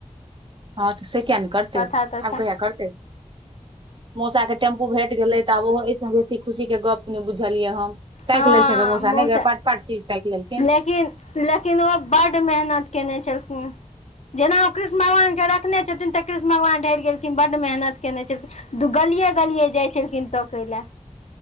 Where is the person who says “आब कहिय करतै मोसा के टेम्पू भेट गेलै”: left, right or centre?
Right